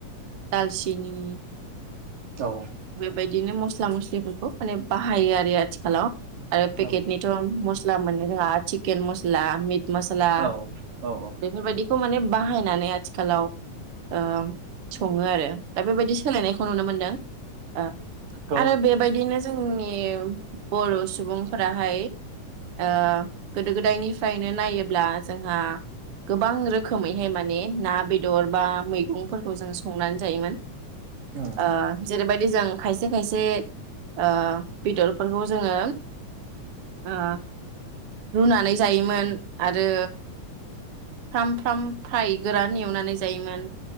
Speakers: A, on the right; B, on the right.
A: दालसिनि
B: औ।
A: बायदिनो मस्ला मस्लिफोरखौ माने बाहायो आरो आथिखालाव। आरो पेकेटनिथ'
B: औ
A: मस्ला मोनो <unintelligible> चिकेन मसला मित मस्ला
B: औ औ
A: बेफोरबायदिखौ माने बाहायनानै आथिखालाव ओ सङो आरो दा बेबायदि सोलायनायखौ नुनो मोनदों। ओ
B: थ'
A: आरो बेबायदिनो जों फुंनि बर' सुबुंफोराहाय ओ गोदो गोदायनिफ्रायनो नायोब्ला जोंहा गोबां रोखोमैहाय माने ना बेदर बा मैगंफोरखौ जों संनानै जायोमोन।
B: उम
A: आ जेरैबाय जों खायसे खायसे ओ बेदरफोरखौ जोङो ओ रुनानै जायोमोन आरो फ्राम फ्राम फ्राय गोरान एवनानै जायोमोन।